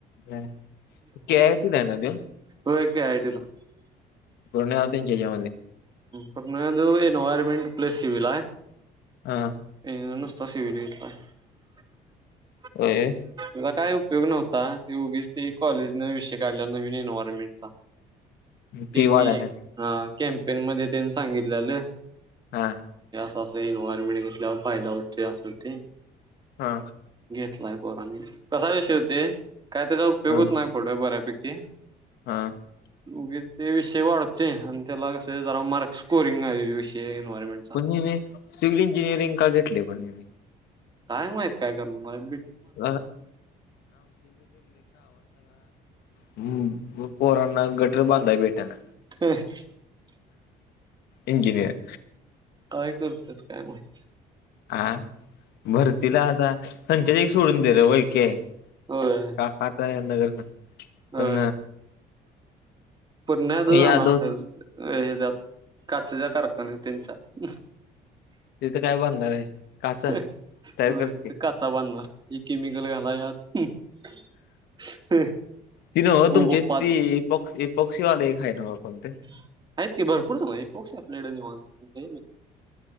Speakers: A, on the left (about 75°); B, on the right (about 25°).
A: ह कती ना न ते
B: <unintelligible>
A: <unintelligible> ते च्या मध्ये.
B: <unintelligible> <unintelligible>
A: हा
B: <unintelligible>
A: <unintelligible>
B: तुला काय उपयोग नव्हता ती उगीच ती कॉलेज न विषय काढलाय नवीन एन्व्हायरमेंटचा तीनी
A: फी वाढायसाठी
B: हा. <unintelligible> झाल्या
A: हा.
B: असं एन्व्हायरमेंट घेतल्यावर फायदा होत असं ते
A: हा.
B: कसा विषय होते. काय त्याचा उपयोग
A: हा
B: होत नाही पुढ बऱ्यापैकी
A: हा
B: उगीच ते विषय वाढते अन त्याला कसं जरा मार्क्स स्कोरिंग आहे विषय एन्व्हायरमेंटचा.
A: पण हिने सिव्हल इंजिनिअरिंग का घेतले पण हिने.
B: काय माहित काय करणारे.
A: <unintelligible> हम्म पोरांना गटर बांधाय भेटेना
B: <unintelligible>
A: इंजिनीयर.
B: काय करतात काय माहित.
A: हा भरतीला आता <unintelligible>
B: होय.
A: <unintelligible> <unintelligible>
B: होय
A: पण
B: <unintelligible>
A: यादव
B: <unintelligible>
A: तिथं काय बांधणार आहे. काचा
B: <unintelligible>
A: तयार करते
B: हे केमिकल घालाया हायेत
A: ती नव्ह तुमची ती इपॉक्स इपॉक्सीवाले एक आहे नव्ह कोणते
B: की भरपूर हीपॉक्सी आपल्याकडे निवांत.